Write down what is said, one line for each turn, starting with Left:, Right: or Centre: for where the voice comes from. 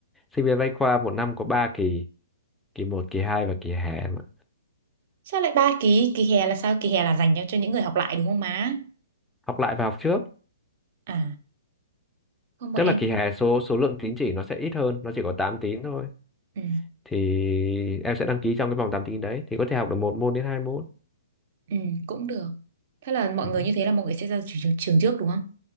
Centre: sinh viên bách khoa một năm có 3 kỳ kỳ một kỳ 2 và kỳ hè mà.
Right: sao lại ba kỳ kỳ hè là sao kỳ hè là dành cho cho những người học lại đúng không má
Centre: học lại và học trước
Right: à không bọn
Centre: tức
Right: em
Centre: là kỳ hè số số lượng tín chỉ nó sẽ ít hơn nó chỉ có 8 tín thôi
Right: ừ,
Centre: thì em sẽ đăng ký trong cái vòng 8 tín đấy thì có thể học được một môn đến hai môn
Right: ừ cũng được thế là mọi
Centre: ừ.
Right: người như thế là mọi người sẽ ra trường, trường trước đúng không